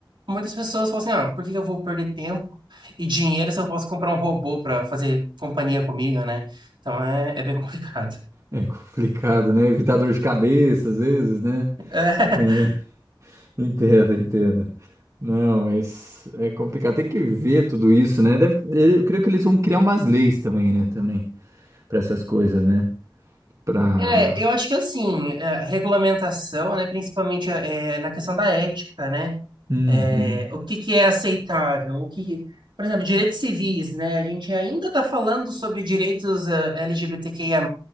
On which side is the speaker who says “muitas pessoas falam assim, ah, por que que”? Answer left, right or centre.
Right